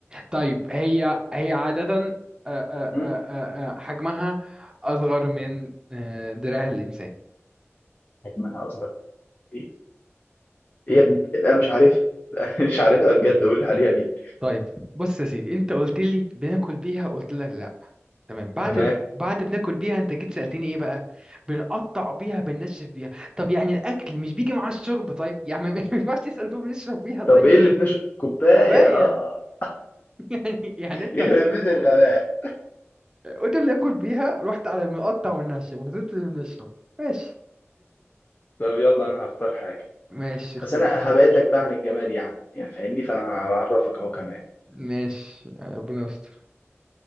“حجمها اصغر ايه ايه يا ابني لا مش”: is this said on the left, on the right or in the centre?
Left